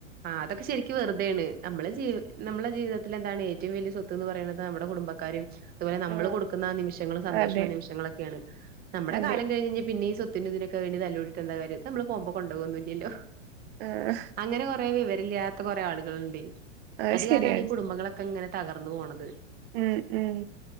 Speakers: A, on the right; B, on the right.
A: ആഹ് അതൊക്കെ ശരിക്ക് വെറുതെണ് നമ്മെളെ ജീ നമ്മളെ ജീവിതത്തിലെന്താണ് ഏ റ്റവും വലിയ സ്വത്ത് ന്ന് പറയണത് നമ്മുടെ കുടുംബക്കാരും അതുപോലെ നമ്മള്
B: ആഹ്
A: കൊടുക്കുന്ന നിമിഷങ്ങളും സന്തോഷള്ള
B: അതെ
A: നിമിഷങ്ങളൊക്കെണ് നമ്മുടെ
B: അതെ
A: കാലം കഴിഞ് കഴിഞ്ഞഴിഞ്ഞ പിന്നേം ഈ സൊ ത്തിന്റെ ഇതിനൊക്കെ വേണ്ടി തല്ലൂടീട്ടെന്താ കാര്യം ഇതമ്മള് പോവുമ്പോ കൊണ്ടൊവോന്നില്ലല്ലോ
B: ആഹ്
A: അങ്ങനെ കൊറേ വിവരല്ലാത്ത കുറെ ആളുകള്ണ്ടേയ്
B: അത്
A: അത്കാരണാണീ
B: ശരിയാണ്
A: ഈ കുടുംബങ്ങളെ ക്കങ്ങനെ തകർന്നു പോണത്
B: ഉം ഉം